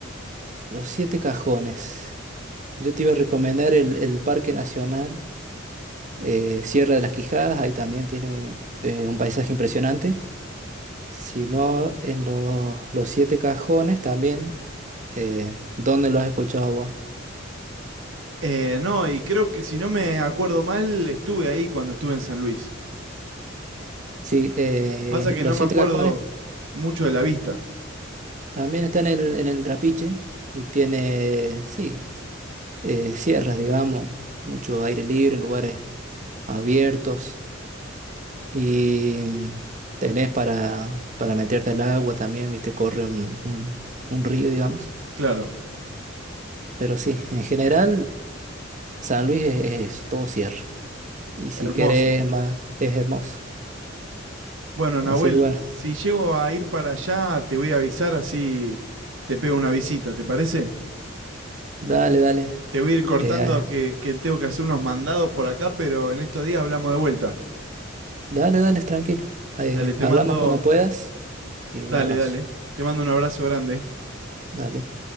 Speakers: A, on the right; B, on the right.
A: Los Siete Cajones. Yo te iba a recomendar el el Parque Nacional. Eh, Sierra de las Quijadas, ahí también tiene eh, un paisaje impresionante. Si no, en lo- los siete cajones también. eh, ¿dónde lo has escuchado vos?
B: Eh, no, y creo que si no me acuerdo mal, estuve ahí cuando estuve en San Luis.
A: Sí, eh,
B: Pasa que
A: los
B: no me
A: siete
B: acuerdo
A: cajones
B: mucho de la vista.
A: también están en el, en el Trapiche y tiene, sí, eh, sierras, digamos, mucho aire libre, lugares abiertos y mm, tenés para, para meterte al agua también, viste, corre un, un- un río, digamos.
B: Claro,
A: Pero sí, en general San Luis es, es eso, todo cierra. Y si
B: hermoso.
A: querés más, es hermoso.
B: Bueno, Nahuel,
A: Así que bueno,
B: si llego a ir para allá, te voy a avisar así te pego una visita, ¿te parece?
A: dale, dale.
B: Te voy a ir cortando
A: eh,
B: que, que tengo que hacer unos mandados por acá, pero en estos días hablamos de vuelta.
A: dale, dale, tranquilo. Eh,
B: Dale, te
A: hablamos
B: mando,
A: cuando puedas y un
B: dale,
A: abrazo.
B: dale. Te mando un abrazo grande.
A: Dale.